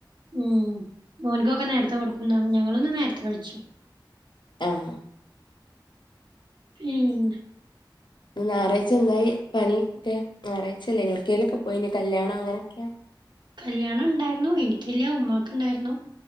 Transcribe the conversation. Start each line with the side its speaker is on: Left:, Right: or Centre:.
Right: ഉം മോന്ക് ക്കൊക്കെ നേരത്തെ കൊടുക്കും. ഞങ്ങളും ഇന്ന് നേരത്തെ കഴിച്ചു.
Left: ആഹ്
Right: ഉം
Left: ഞായാഴ്ച എന്തായി പണിക്കെ ഞായാഴ്ചല്ലെനോ ഒട്കോകൊ പോയി പോനോ കല്യാണം. അങ്ങനെയൊക്കെ
Right: കല്യാണം ഉണ്ടായിന്നു എനിക്കില്ല ഉമ്മാക്ക് ഉണ്ടായിരുന്നു.